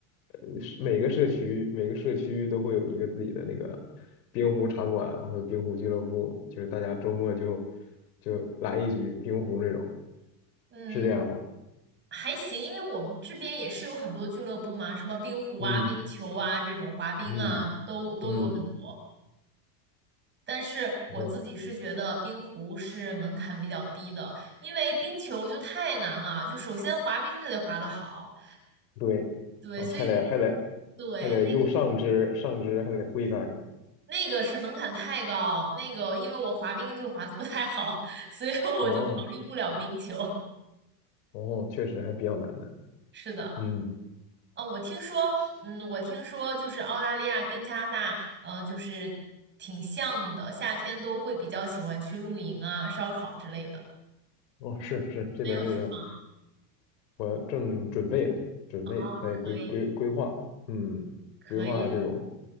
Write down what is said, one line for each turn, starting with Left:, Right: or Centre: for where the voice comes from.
Left: 呃，是每个社区每个社区都会有一个自己的那个冰壶场馆啊或者冰壶俱乐部，就是大家周末就就来一局冰壶那种，
Right: 嗯。
Left: 是这样吗？
Right: 还行，因为我们这边也是有很多俱乐部嘛，什么冰壶啊、
Left: 嗯
Right: 冰球啊这种滑冰啊，
Left: 嗯
Right: 都都有很多。
Left: 嗯，
Right: 但是我自己是觉得冰壶是门槛比较低的，
Left: 哦，
Right: 因为冰球就太难了，就首先滑冰就得滑得好，
Left: 对，
Right: 对，
Left: 哦，
Right: 所以冰，
Left: 还得还得
Right: 对，
Left: 还得用上肢上肢还得挥杆儿
Right: 那那个是门槛太高，那个因为我滑冰就滑得不太好，所以我就考虑不了冰球。
Left: 哦哦，确实还比较难的，
Right: 是的，
Left: 嗯。
Right: 呃，我听说，嗯，我听说就是澳大利亚跟加拿大，呃，就是挺像的，夏天都会比较喜欢去露营啊、烧烤之类的。
Left: 哦，是是，这边儿这个
Right: 没有去吗？
Left: 我正准备了，准备在规规规划，
Right: 哦，可以。
Left: 嗯，
Right: 可以，
Left: 规划这种